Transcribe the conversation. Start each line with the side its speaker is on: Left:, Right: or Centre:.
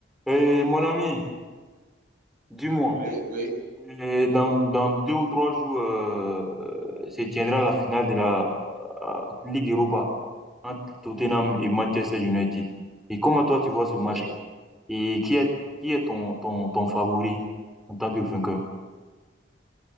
Centre: Et mon ami, dis-moi,
Right: Oui, oui,
Centre: euh, dans, dans deux ou trois jours, euh, euh, se tiendra la finale de la euh, Ligue Europa entre Tottenham et Manchester United. Et comment toi tu vois ce match-là?
Right: oui.
Centre: Et qui est, qui est ton, ton, ton favori en tant que vainqueur?